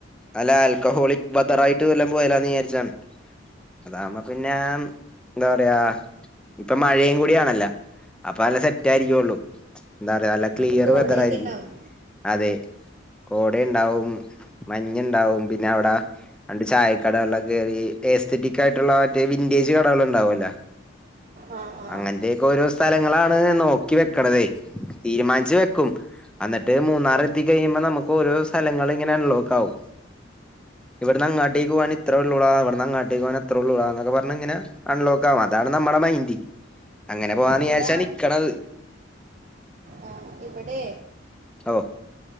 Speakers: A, in the centre; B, on the right.
A: അല്ല ആൽക്കഹോളിക് ബദറായിട്ട് വല്ലോം പോയാലാന്ന് വിചാരിച്ചാണ് അതാവുമ്പോ പിന്നെ എന്താ പറയാ ഇപ്പ മഴയും കൂടിയാണല്ലോ അപ്പ നല്ല സെറ്റായിരിക്കൊള്ളൂ എന്താ പറയ നല്ല ക്ലിയറ്
B: അപ്പൊ കോടയൊക്കെ
A: വെതർ ആരിക്കും
B: ഉണ്ടാവും
A: അതെ കോടെണ്ടാവും മഞ്ഞുണ്ടാവും പിന്നെ അവിടെ രണ്ട് ചായക്കടകളിലൊക്ക ക്കേറി ഏയ്സ്തറ്റിക് ആയിട്ടുള്ള മറ്റേ വിൻറ്റേജ് കടകൾ ഉണ്ടാവൊല്ല
B: ആ ആ
A: അങ്ങൻത്തെ ക്കോരോ സ്ഥലങ്ങളാണ് നോക്കി വെക്കണതേ തീരുമാനിച്ചു വെക്കും എന്നിട്ട് മൂന്ന് ന്നാറെത്തി കഴിയുമ്പോൾ നമുക്ക് ഓരോരോ സ്ഥലങ്ങള്ങ്ങനെ അൺലോക്ക് ആകും ഇവിടുന്ന് അങ്ങാട്ടേക്ക് പോകാനിത്രയേ ഉള്ളു ടാ ഇവിടന്ന് അങ്ങട്ടേക്ക് പോവാൻ അത്ര ഉള്ളു ഡാ എന്നൊക്കെ പറഞ്ഞങ്ങനെ അൺലോക്ക് ആവും അതാണ് നമ്മുടെ മൈൻഡ് അങ്ങനെ പോവാന്ന്
B: ഇവിടെ
A: വിചാരിച്ചാ നിക്കണത്
B: ആ, ഇവിടെ
A: ഓ